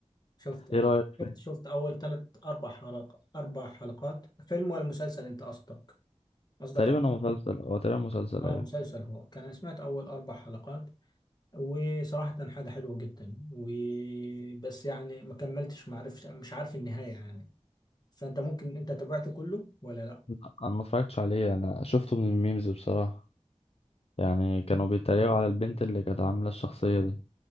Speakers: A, on the left (about 35°); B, on the left (about 55°).
A: شفته
B: ايه
A: اه
B: رأيك
A: شفت
B: فيه؟
A: شفت اول ثلاث اربع حلقات اربع حلقات فيلم ولا مسلسل انت قصدك قصدك
B: تقريبا
A: على
B: هو مسلسل هو تقريبا مسلسل
A: اه
B: ايوه
A: مسلسل هو كان أنا سمعت اول اربع حلقات وصراحة حاجة حلوة جدا وبس يعني ما كملتش ما عرفش مش عارف النهاية يعني فانت ممكن انت تابعته كله ولا لا
B: لا، انا ما اتفرجتش عليه انا شفته من الميمز بصراحة يعني كانوا
A: <laughs>
B: بيتريقوا على البنت اللي كانت عاملة الشخصية دي